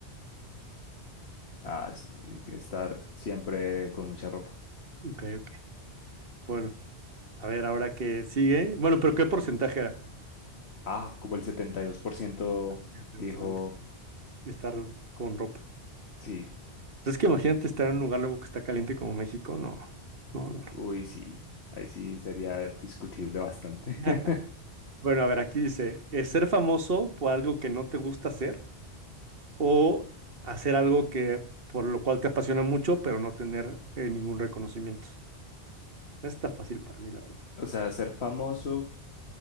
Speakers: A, on the left (about 70°); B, on the right (about 60°).
A: Ah, sí, estar siempre con mucha ropa.
B: Ok, ok. Bueno, a ver, ahora que sigue. Bueno, pero ¿qué porcentaje era?
A: Ah, como el 72%
B: Fíjate,
A: dijo,
B: Bastante. Estar con ropa.
A: sí,
B: Entonces, que imagínate estar en un lugar luego que está caliente como México. No, no, no.
A: uy, sí, ahí sí sería discutible bastante.
B: no.
A: <laughs>
B: Bueno, a ver, aquí dice, ¿es ser famoso por algo que no te gusta hacer o hacer algo que por lo cual te apasiona mucho, pero no tener eh, ningún reconocimiento? Está fácil para mí, la verdad.
A: O sea, ser famoso